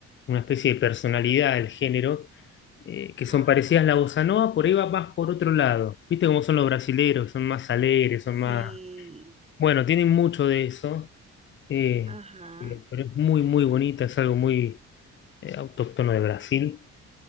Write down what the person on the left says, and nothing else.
una especie de personalidad del género eh, que
son parecidas a la bossa nova, por ahí va más por otro lado. ¿Viste cómo son los brasileros? Son más alegres, son
más... Bueno, tienen mucho de eso, eh,
pero, pero es muy, muy bonita, es algo muy eh, autóctono de Brasil